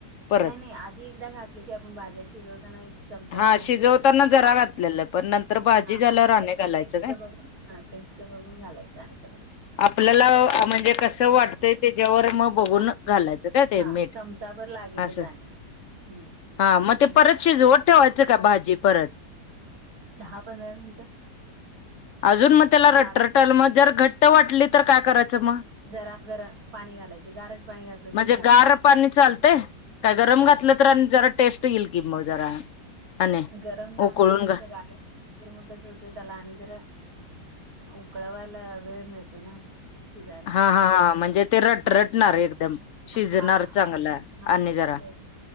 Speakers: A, on the left; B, on the right.
A: परत
B: नाही नाही आधी एकदा घातलं की आपण भाज्या शिजवताना एक चमचाभर
A: हा
B: घातलेलं
A: शिजवताना
B: असत
A: जरा घातलेलं पण नंतर भाजी
B: हा
A: झाल्यावर
B: आणि आता
A: घालायचं
B: टेस्ट
A: काय
B: बघून हा टेस्ट बघून घालायच आणि परत
A: आपल्याला म्हणजे कसं वाटतंय त्याच्यावर म बघून
B: हा
A: घालायचं काय ते
B: हा
A: मीठ
B: चमचाभर लागेलच
A: असं
B: आणि हम्म
A: हा मग
B: दोन
A: ते परत
B: चमचे
A: शिजवत
B: तर लागतेच
A: ठेवायचं का भाजी परत
B: दहा पंधरा मिनिटं
A: अजून मग त्याला रटरटल
B: लाग
A: मग जर घट्ट वाटली तर काय करायचं म
B: जरा जरा पाणी घालायचं गारज पाणी घातलं
A: म्हणजे
B: तरी चाल
A: गार पाणी चालतय काय गरम
B: चालते
A: घातलं तर आणि जरा टेस्ट येईल की मग जरा आणि
B: गरम खाण्यापेक्षा
A: उकळून घा
B: गाय मग कसं होतंय त्याला आणि ज उकळवायला वेळ मिळतो ना सिधा
A: हा हा हां म्हणजे ते रटरटणार एकदम शिजणार
B: हा
A: चांगलं
B: हा असं
A: आणि जरा
B: होत